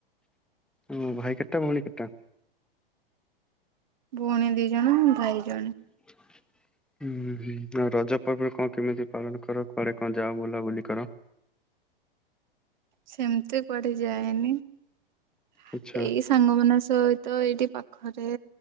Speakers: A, in the centre; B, on the right (about 50°).
A: ଓ ଭାଇ କେତେଟା ଭଉଣୀ କେତେଟା?
B: ଭଉଣୀ ଦି ଜଣ ଭାଇ ଜଣେ।
A: <inaudible> ହୁଁ ହୁଁ ଆଉ ରଜ ପର୍ବଣି କଣ କେମିତି ପାଳନ କର? କୁଆଡେ କଣ ଯାଅ ବୁଲାବୁଲି କର?
B: ସେମିତି କୁଆଡେ ଯାଏନି। ଏଇ
A: ଆଚ୍ଛା
B: ସ ସାଙ୍ଗ ମଙ୍କ ସହିତ ଏଇଠି ପାଖରେ